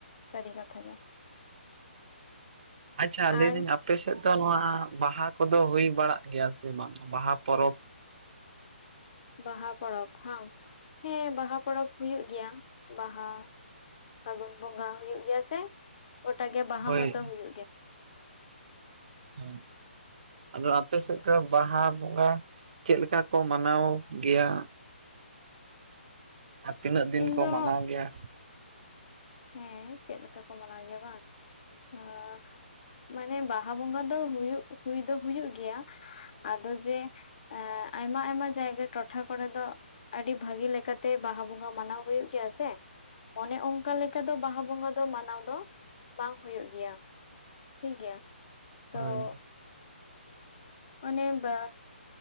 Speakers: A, on the left; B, on the right.
A: ᱥᱟᱹᱨᱤ ᱠᱟᱛᱷᱟ ᱜᱮ
B: ᱟᱪᱪᱷᱟ
A: ᱟᱨ
B: ᱞᱟᱹᱭᱫᱟᱹᱧ ᱟᱯᱮ ᱥᱮᱫ ᱫᱚ ᱱᱚᱣᱟ ᱵᱟᱦᱟ ᱠᱚᱫᱚ ᱦᱩᱭ ᱵᱟᱲᱟᱜ ᱜᱮᱭᱟ ᱥᱮ ᱵᱟᱝ ᱵᱟᱦᱟ ᱯᱚᱨᱚᱵᱽ
A: ᱵᱟᱦᱟ ᱯᱚᱨᱚᱵᱽ ᱦᱟᱝ ᱦᱮᱸ ᱵᱟᱦᱟ ᱯᱚᱨᱚᱵᱽ ᱦᱩᱭᱩᱜ ᱜᱮᱭᱟ ᱵᱟᱦᱟ ᱯᱷᱟᱹᱜᱩᱱ ᱵᱚᱸᱜᱟ ᱦᱩᱭᱩᱜ ᱜᱮᱭᱟ ᱥᱮ ᱜᱚᱴᱟ ᱜᱮ ᱵᱟᱦᱟ
B: ᱦᱳᱭ
A: ᱢᱟᱛᱚ ᱦᱩᱭᱩᱜ ᱜᱮ
B: ᱦᱮᱸ ᱟᱫᱚ ᱟᱯᱮ ᱥᱮᱫ ᱫᱚ ᱵᱟᱦᱟ ᱵᱚᱸᱜᱟ ᱪᱮᱫ ᱞᱮᱠᱟ ᱠᱚ ᱢᱟᱱᱟᱣ ᱜᱮᱭᱟ ᱟᱨ ᱛᱤᱱᱟᱹᱜ ᱫᱤᱱ
A: ᱤᱧ
B: ᱠᱚ
A: ᱫᱚ
B: ᱢᱟᱱᱟᱣ ᱜᱮᱭᱟ
A: ᱦᱮᱸ ᱪᱮᱫ ᱞᱮᱠᱟ ᱠᱚ ᱢᱟᱱᱟᱣ ᱜᱮᱭᱟ ᱵᱟᱝ ᱦᱟᱸ ᱢᱟᱱᱮ ᱵᱟᱦᱟ ᱵᱚᱸᱜᱟ ᱫᱚ ᱦᱩᱭᱩᱜ ᱦᱩᱭ ᱫᱚ ᱦᱩᱭᱩᱜ ᱜᱮᱭᱟ ᱟᱫᱚ ᱡᱮ ᱟᱭᱢᱟ ᱟᱭᱢᱟ ᱡᱟᱭᱜᱟ ᱴᱚᱴᱷᱟ ᱠᱚᱨᱮ ᱫᱚ ᱟᱹᱰᱤ ᱵᱷᱟᱹᱜᱤ ᱞᱮᱠᱟ ᱛᱮ ᱵᱟᱦᱟ ᱵᱚᱸᱜᱟ ᱢᱟᱱᱟᱣ ᱦᱩᱭᱩᱜ ᱜᱮᱭᱟ ᱥᱮ ᱚᱱᱮ ᱚᱱ ᱚᱱᱠᱟ ᱞᱮᱠᱟ ᱫᱚ ᱵᱟᱦᱟ ᱵᱚᱸᱜᱟ ᱫᱚ ᱢᱟᱱᱟᱣ ᱫᱚ ᱵᱟᱝ ᱦᱩᱭᱩᱜ ᱜᱮᱭᱟ ᱴᱷᱤᱠ ᱜᱮᱭᱟ ᱛᱚ
B: ᱦᱳᱭ
A: ᱢᱟᱱᱮ ᱵᱟ